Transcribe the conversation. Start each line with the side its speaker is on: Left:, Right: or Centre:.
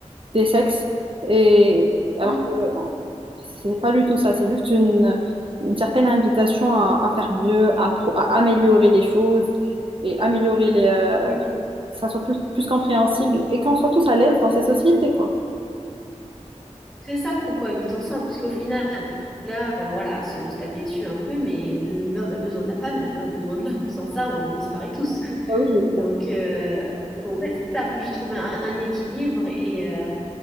Right: des sexes. Et alors
Centre: Mm,
Right: que en- c'est pas du tout ça, c'est juste une, une certaine invitation à, à faire mieux, à, pro- à améliorer les choses et améliorer les, euh,
Centre: oui.
Right: que ça soit plus, plus compréhensible et qu'on soit tous à l'aise dans ces sociétés, quoi.
Centre: C'est ça qu'on cohabite ensemble, parce qu'au final, là, euh, voilà, se, se taper dessus un peu, mais l'homme a besoin de la femme et la femme a besoin de l'homme. Sans ça, on disparaît tous.
Right: Ah Oui,
Centre: Donc, euh, faut, ouais, c'est ça, faut juste trouver un, un équilibre et, euh,